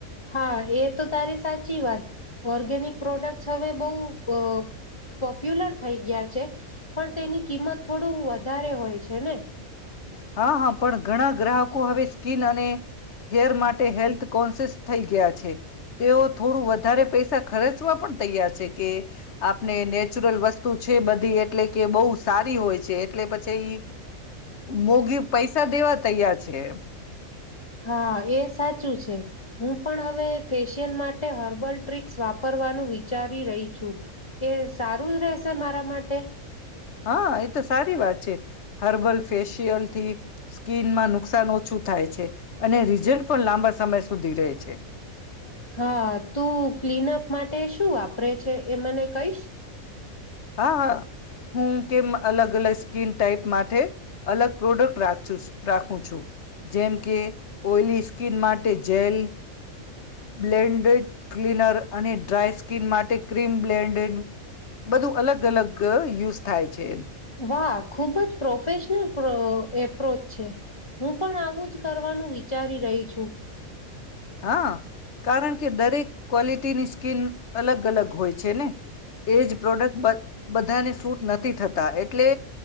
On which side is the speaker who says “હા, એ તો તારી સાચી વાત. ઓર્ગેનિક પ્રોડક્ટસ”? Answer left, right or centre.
Left